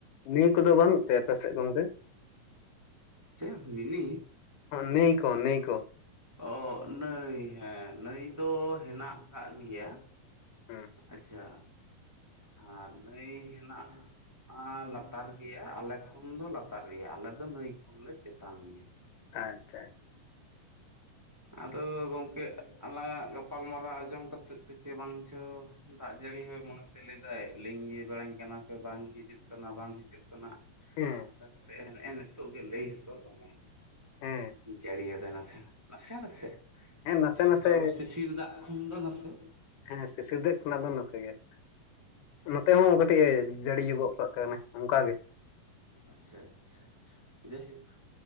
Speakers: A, on the left; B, on the right.
A: ᱱᱟᱹᱭ ᱠᱚᱫᱚ ᱵᱟᱹᱱᱩᱜ ᱛᱮ ᱟᱯᱮ ᱥᱮᱫ ᱜᱚᱝᱠᱮ?
B: ᱪᱮᱫ ᱢᱤᱱᱤ?
A: ᱱᱟᱹᱭ ᱠᱳ ᱱᱟᱹᱭ ᱠᱳ
B: ᱚ ᱱᱟᱹᱭ ᱾ ᱦᱮ ᱱᱟᱹᱭ ᱫᱚ ᱦᱮᱱᱟᱜ ᱠᱟᱜ ᱜᱮᱭᱟ
A: ᱦᱩᱸ
B: ᱟᱪᱪᱷᱟ ᱟᱨ ᱱᱟᱹᱭ ᱦᱮᱱᱟᱜ ᱟ ᱞᱟᱛᱟᱨ ᱜᱮᱭᱟ ᱟᱞᱮ- ᱠᱷᱳᱱ ᱫᱚ ᱞᱟᱛᱟᱨ ᱜᱮᱭᱟ, ᱟᱞᱮ ᱫᱚ ᱱᱟᱹᱭ ᱠᱷᱚᱱᱞᱮ ᱪᱮᱛᱟᱱ ᱜᱮᱭᱟ ᱾
A: ᱟᱪᱪᱷᱟ ᱟᱪᱪᱷᱟ
B: ᱟᱫᱚ ᱜᱚᱢᱠᱮ ᱟᱞᱟᱝ ᱟᱜ ᱜᱟᱯᱟᱞᱢᱟᱨᱟᱣ ᱟᱡᱚᱢ ᱛᱮ ᱪᱚ ᱵᱟᱝ ᱪᱚ᱾ ᱫᱟᱜ ᱡᱟᱹᱲᱤ ᱦᱚᱭ ᱢᱚᱱᱮᱛᱮ ᱞᱟᱹᱭᱮᱫᱟᱭ ᱞᱤᱜᱤᱧ ᱵᱟᱲᱟᱧ ᱠᱟᱱᱟ ᱯᱮ ᱵᱟᱝ ᱦᱤᱡᱩᱜ ᱠᱟᱱᱟ ᱵᱟᱝ ᱦᱤᱡᱩᱜ ᱠᱟᱱᱟ᱾ <inaudible>
A: ᱦᱮᱸ
B: ᱚᱱᱠᱟ ᱠᱟᱛᱮᱫ ᱦᱮᱸᱜᱼᱮ ᱱᱤᱛᱚᱜ ᱜᱮ ᱞᱟᱹᱭ ᱦᱚᱛᱚᱨ ᱢᱟᱱᱮ
A: ᱦᱮᱸ
B: ᱡᱟᱹᱲᱤᱭᱟᱫᱟᱭ ᱱᱟᱥᱮ ᱱᱟᱜ ᱱᱟᱥᱮ ᱱᱟᱥᱮ
A: ᱦᱮᱸ ᱱᱟᱥᱮ
B: ᱡᱟᱦᱟ
A: ᱱᱟᱥᱮ
B: ᱫᱚ ᱟᱵᱚ ᱥᱤᱥᱤᱨ ᱫᱟᱜ ᱠᱷᱚᱱ ᱫᱚ ᱱᱟᱥᱮ
A: ᱦᱮᱸ ᱥᱤᱥᱤᱨ ᱫᱟᱜ ᱠᱷᱚᱱᱟᱜ ᱫᱚ ᱱᱟᱥᱮ ᱜᱮ ᱾ ᱱᱚᱛᱮ ᱦᱚ ᱠᱟᱹᱴ- -ᱛᱮ ᱡᱟᱹᱲᱤ ᱜᱚᱜ ᱠᱟᱱᱟᱭ ᱚᱱᱠᱟ ᱜᱮ
B: ᱟᱪᱪᱷᱟ ᱟᱪᱪᱷᱟ ᱟᱪᱪᱷᱟ ᱾ ᱡᱟᱭᱦᱳᱠ